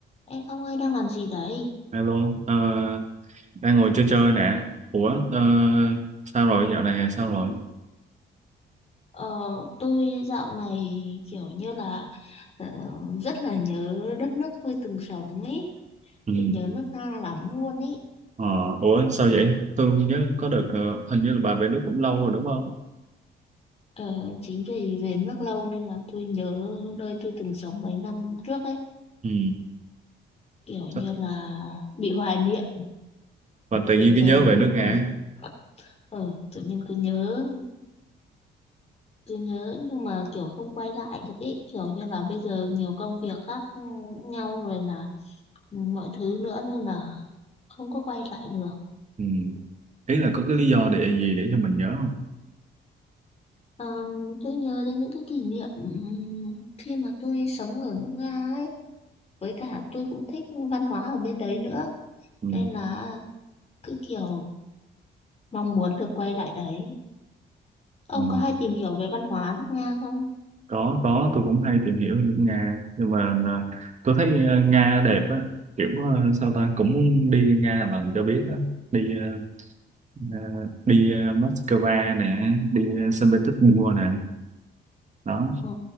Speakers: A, on the left; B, on the right.
A: Ê, ông ơi đang làm gì đấy?
B: Alo, ờ, đang ngồi chơi chơi nè. Ủa, ờ, sao rồi, dạo này sao rồi?
A: Ờ, tôi dạo này kiểu như là ờ, rất là nhớ đất nước tôi từng sống ấy.
B: Ừ.
A: Tôi nhớ nước Nga lắm luôn ấy.
B: Ờ, ủa, sao vậy? Tôi nhớ có được, ờ, hình như là bà về nước cũng lâu rồi đúng không?
A: Ờ, chính vì về nước lâu nên là tôi nhớ nơi tôi từng sống mấy năm trước ấy.
B: Ừ.
A: Kiểu
B: Sao-
A: như là bị hoài niệm,
B: Và tự nhiên
A: bị
B: cái
A: nhớ
B: nhớ
A: đến
B: về nước
A: những
B: Nga.
A: kỷ niệm. Ờ, tự nhiên cứ nhớ, cứ nhớ nhưng mà kiểu không quay lại được ấy. Kiểu như là bây giờ nhiều công việc khác nhau rồi là ừ, mọi thứ nữa nên là không có quay lại được.
B: Ừ. Ý là có cái lý do để gì để cho mình nhớ không?
A: Ờ, tôi nhớ đến những cái kỷ niệm ừm, khi mà tôi sống ở nước Nga ấy, với cả tôi cũng thích văn hóa ở bên đấy nữa,
B: Ừ.
A: nên là cứ kiểu mong muốn được quay lại đấy. Ông
B: Ừ.
A: có hay tìm hiểu về văn hóa nước Nga không?
B: Có, có, tôi cũng hay tìm hiểu về nước Nga. Nhưng mà ờ, tôi thấy ờ, Nga đẹp á. Kiểu ờ, sao ta, cũng muốn đi Nga lần cho biết á. Đi ờ, Ờ, đi ờ, Moscow nè đi ờ, Saint Petersburg nè đó
A: Ờ,